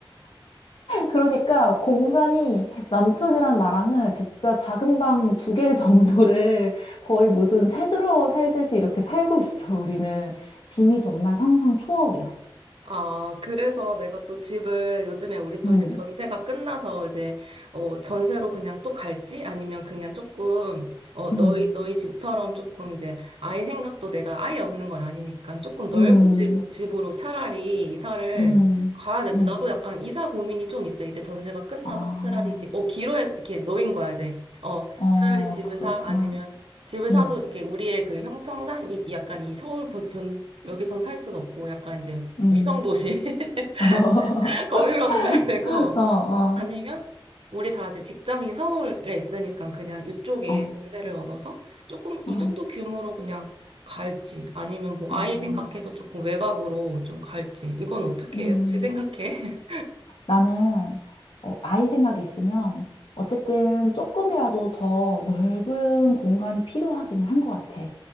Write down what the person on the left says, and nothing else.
그러니까 공간이 남편이랑 나랑은 진짜 작은 방 두 개 <laughs> 정도를 거의 무슨 새 들어 살듯이 이렇게 살고 있어, 우리는. 짐이 정말 상상 초월이야.
음,
음,
음,
음,
음.
아,
어,
그렇구나.
음,
음.
<laughs>
어, 어,
어,
어,
어,
음.
나는 어, 아이 생각이 있으면 어쨌든 조금이라도 더 넓은 공간이 필요하기는 한 것 같아.